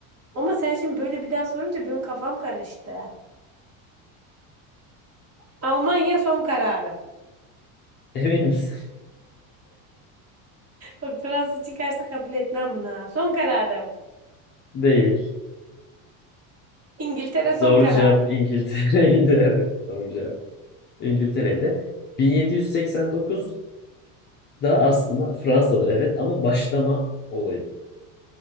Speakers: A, on the right; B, on the left.
A: Ama sen şimdi böyle bir daha sorunca benim kafam karıştı. Almanya son kararım.
B: Emin misin?
A: Bak Fransa çıkarsa kabul etmem buna. Son kararım.
B: <laughs> Değil.
A: İngiltere son
B: Doğru
A: karar.
B: cevap İngiltere'ydi. <laughs> Evet, doğru cevap İngiltere'ydi. 1789'da aslında Fransa'da evet ama başlama olayı